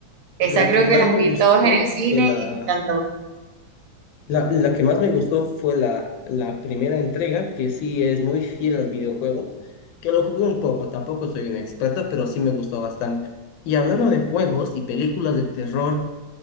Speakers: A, on the right (about 55°); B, on the left (about 75°).
A: Esa
B: La
A: creo
B: que más
A: que las
B: me
A: vi
B: gustó
A: todas en el cine
B: fue la,
A: y me encantó.
B: La, la que más me gustó fue la, la primera entrega, que sí es muy fiel al videojuego, que lo jugué un poco, tampoco soy una experta, pero sí me gustó bastante. Y hablando de juegos y películas de terror,